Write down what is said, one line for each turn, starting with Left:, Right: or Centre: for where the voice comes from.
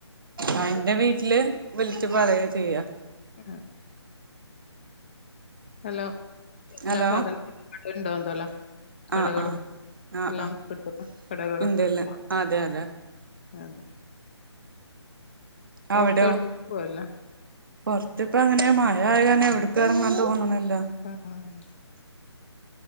Right: ആഹ് എന്റെ വീട്ടില് വിളിച്ച് പറയ ചെയ്യ
Left: ആഹ് ഹലേ എല്ലാ
Right: ഹലോ
Left: സാധനത്തി <inaudible> ഉണ്ടോ എന്തോല്ലോ കടകളും
Right: ആഹ് ആഹ് ആഹ്
Left: എല്ലാം
Right: ആഹ്
Left: കിട്ടുന്ന കടകളൊക്കൊണ്
Right: ഇണ്ടല്ലേ അതെ അതെ
Left: അതെ പൊറത്തടിം
Right: അവിടോ
Left: പോയില്ലേ?
Right: പൊറത്തിപ്പ അങ്ങനെ മഴ ആയ കാരണേ എവ്ട്ക്ക് എറങ്ങാൻ തോന്ന്ണില്ല.
Left: <unintelligible>